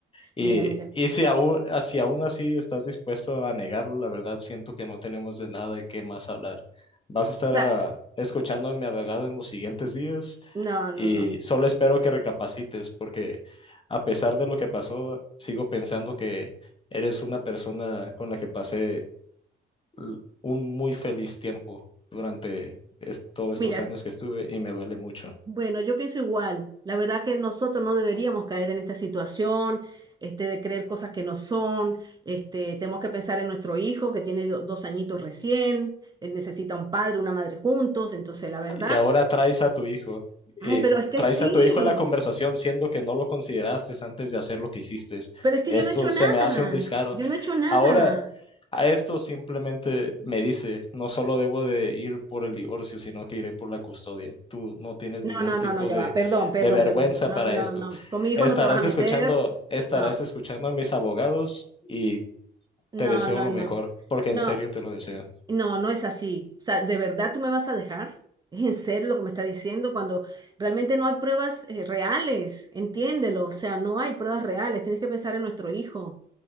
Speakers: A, on the left; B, on the right.
A: Y,
B: mira, mira. O
A: y si aún, a- si aún así estás dispuesto a negarlo, la verdad siento que no tenemos de nada de qué más hablar. ¿Vas a estar
B: sea,
A: ah, escuchando a mi abogado en los siguientes días?
B: no, no,
A: Y
B: no.
A: solo espero que recapacites porque a pesar de lo que pasó, sigo pensando que eres una persona con la que pasé l- un muy feliz tiempo durante es- todos
B: Mira,
A: estos años que estuve y me duele mucho.
B: Bueno, yo pienso igual. La verdad que nosotros no deberíamos caer en esta situación, este, de creer cosas que no son. Este, tenemos que pensar en nuestro hijo que tiene do- dos añitos recién, él necesita un padre, una madre juntos. Entonces, la verdad,
A: Y ahora traes a tu hijo,
B: ay,
A: eh,
B: pero es que
A: traes
B: sí,
A: a tu hijo en la conversación siendo que no lo consideraste antes de hacer lo que hiciste.
B: pero es que
A: Esto
B: yo no he hecho nada,
A: se me hace un descaro.
B: yo no he hecho nada.
A: Ahora... A esto simplemente me dice, no solo debo de ir por el divorcio, sino que iré por la custodia. Tú no tienes ningún
B: No, no,
A: tipo
B: no, no, ya
A: de,
B: va. Perdón, perdón,
A: de vergüenza
B: perdón. No, no,
A: para
B: no,
A: esto.
B: no. Con mi hijo
A: Estarás
B: no te vas a meter.
A: escuchando, estarás
B: No,
A: escuchando a mis abogados y
B: no,
A: te deseo
B: no,
A: lo
B: no.
A: mejor, porque
B: No.
A: en serio te lo deseo.
B: No, no es así. O sea, ¿de verdad tú me vas a dejar? <laughs> ¿Es en serio lo que me está diciendo cuando realmente no hay pruebas eh, reales? Entiéndelo. O sea, no hay pruebas reales. Tienes que pensar en nuestro hijo.